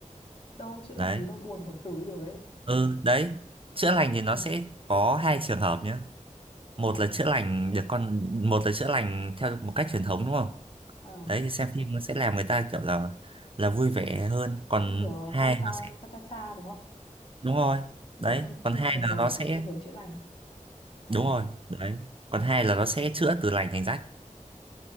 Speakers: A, on the left; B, on the right.
A: đâu chữa lành
B: đấy
A: gì đâu buồn bỏ xử đi được ấy. <laughs>
B: ừ đấy chữa lành thì
A: Ừ.
B: nó sẽ có hai trường hợp nhé một là chữa lành được con một là chữa lành theo một cách truyền thống đúng không
A: Ờ,
B: đấy thì xem phim nó sẽ làm người ta kiểu là là vui vẻ hơn còn
A: như kiểu
B: hai
A: hôm sau
B: nó sẽ
A: cha cha cha đúng không?
B: đúng rồi
A: Một
B: đấy
A: trong những phim
B: còn hai
A: khởi
B: là
A: đầu
B: nó sẽ
A: của xu hướng chữa lành. Ờ,
B: đúng rồi đấy còn hai là nó sẽ chữa từ lành thành rách